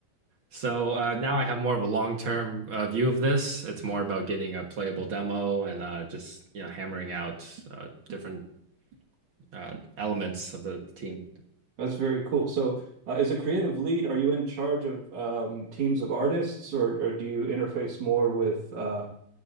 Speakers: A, on the right; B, on the right.
A: So uh, now I have more of a long-term uh, view of this. It's more about getting a playable demo and uh, just you know hammering out uh, different uh, elements of the team.
B: That's very cool. So, uh, as a creative lead, are you in charge of um, teams of artists, or or do you interface more with uh,